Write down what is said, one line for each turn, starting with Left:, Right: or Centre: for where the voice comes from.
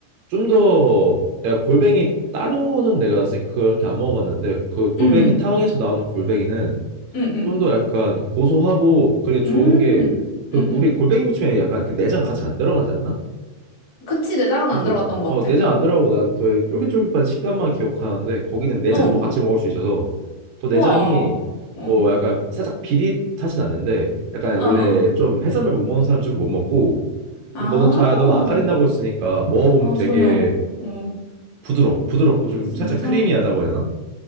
Right: 좀 더 내가 골뱅이 다른 거는 내가 세- 그렇게 안 먹어봤는데 그 골뱅이
Left: 음.
Right: 탕에서 나오는 골뱅이는
Left: 음, 음,
Right: 좀
Left: 음.
Right: 더 약간 고소하고 그리고
Left: 음.
Right: 좋은 게 그
Left: 음, 음.
Right: 우리 골뱅이 무침에 약간 그 내장 같이 안 들어가지 않나?
Left: 그치. 내장은
Right: 맞아요.
Left: 안 들어갔던 것
Right: 어,
Left: 같아.
Right: 내장
Left: 음.
Right: 안 들어가고 난 되게 쫄깃쫄깃한 식감만 기억하는데 거기는 내장도
Left: 어.
Right: 같이 먹을 수 있어서 또 내장이
Left: 우와. 어.
Right: 어 약간 살짝 비릿하진 않는데 약간
Left: 아,
Right: 원래
Left: 아.
Right: 좀 해산물 못 먹는 사람 좀 못 먹고
Left: 아.
Right: 너는 잘 너는 안 가린다고 했으니까 먹어보면
Left: 어,
Right: 되게
Left: 전혀. 어.
Right: 부드러워 부드럽고 좀
Left: 진짜?
Right: 살짝 크리미하다고 해야 되나?